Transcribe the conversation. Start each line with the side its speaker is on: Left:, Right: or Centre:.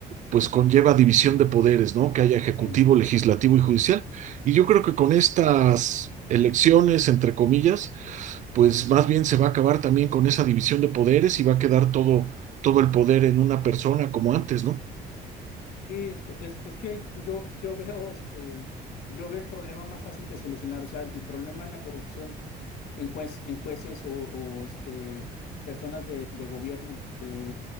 Right: pues conlleva división de poderes, ¿no? Que haya ejecutivo,
Left: sí.
Right: legislativo y judicial. Y yo creo que con estas elecciones, entre comillas, pues más bien se va a acabar también con esa división de poderes y va a quedar todo, todo el poder en una persona como antes, ¿no?
Left: Sí, pues es, es que yo, yo veo este, yo veo el problema más fácil de solucionar, o sea, el problema en la corrupción en juez, en jueces o, o, este, personas de, de gobierno. eh,